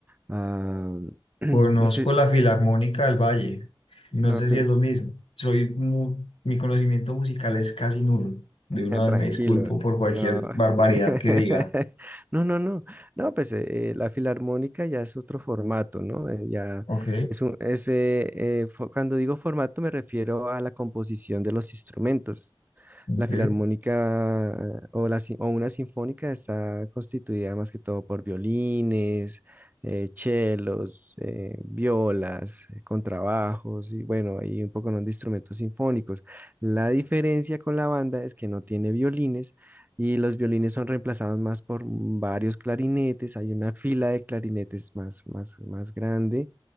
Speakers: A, on the right; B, on the left.
A: ah, <clears throat>
B: Conozco
A: no sé,
B: la Filarmónica del Valle. No
A: no,
B: sé si es lo mismo. Soy mu- mi conocimiento musical es casi nulo. De
A: <laughs>
B: una vez
A: Tranquilo,
B: me disculpo por cualquier
A: no.
B: barbaridad
A: <laughs>
B: que diga.
A: No, no, no. No, pues eh, eh, la filarmónica ya es otro formato, ¿no? Eh, ya
B: Ok,
A: es un, es, eh, eh, fo- cuando digo formato me refiero a la composición de los instrumentos.
B: ok.
A: La filarmónica eh, o, la, sin- o una sinfónica está constituida más que todo por violines, eh, chelos, eh, violas, eh, contrabajos y bueno, hay un poco ¿no? de instrumentos sinfónicos. La diferencia con la banda es que no tiene violines y los violines son reemplazados más por varios clarinetes. Hay una fila de clarinetes más, más, más grande.